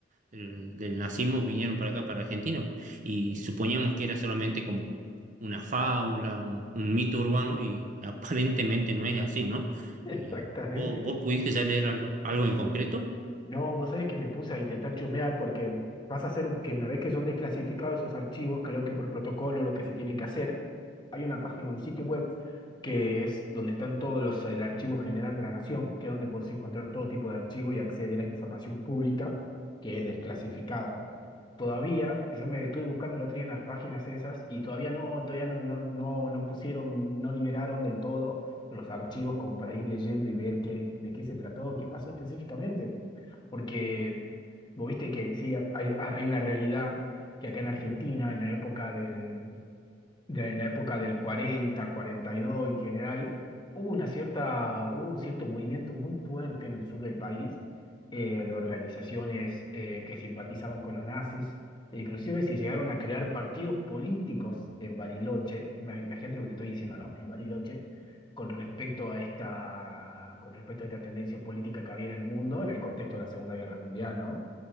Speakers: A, on the right; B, on the left.
A: del, del nazismo vinieron para acá, para Argentina, y suponíamos que era solamente como una fábula, un, un mito urbano, y aparentemente no es así, ¿no? Eh,
B: Exactamente.
A: ¿vos, vos pudiste ya leer algo algo en concreto?
B: No, vos sabés que me puse a intentar chusmear porque vas a hacer que una vez que son desclasificados esos archivos, creo que por protocolo lo que se tienen que hacer, hay una página, un sitio web que es donde están todos los, el archivo general de la nación, que es donde podés encontrar todo tipo de archivo y acceder a información pública que es desclasificada. Todavía, yo me estuve buscando el otro día en las páginas esas y todavía no, todavía no, no, no, no pusieron, no liberaron del todo los archivos como para ir leyendo y ver qué, de qué se trató, qué pasó específicamente. Porque vos viste que sí, hay, hay hay una realidad que acá en Argentina, en la época del, de- en la época del 40, 42 en general, hubo una cierta, hubo un cierto movimiento muy fuerte en el sur del país eh, de organizaciones eh, que simpatizaban con los nazis. e Inclusive se llegaron a crear partidos políticos en Bariloche, ima- imagínate lo que te estoy diciendo, ¿no? En Bariloche, con respecto a esta, con respecto a esta tendencia política que había en el mundo, en el contexto de la Segunda Guerra Mundial, ¿no?